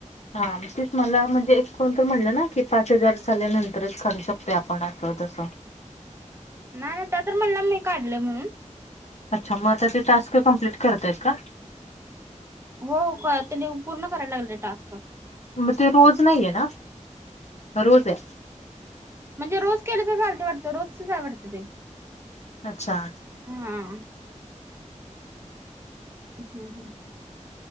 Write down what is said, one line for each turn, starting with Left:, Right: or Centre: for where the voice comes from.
Left: हा तेच मला म्हणजे एक कोण तर म्हटलं ना की पाच हजार झाल्यानंतरच काढू शकतोय आपण असं तसं.
Right: नाही नाही त्या तर म्हणला मी काढलं म्हणून.
Left: अच्छा मग आता ते टास्क कम्प्लीट करतायत का?
Right: हो का त्यांनी पूर्ण करायला लागले टास्क.
Left: मग ते रोज नाहीय ना रोजय.
Right: म्हणजे रोज केलं त चालते वाटतं रोजचच हाय वाटतं ते
Left: अच्छा
Right: हा हम्म हम्म.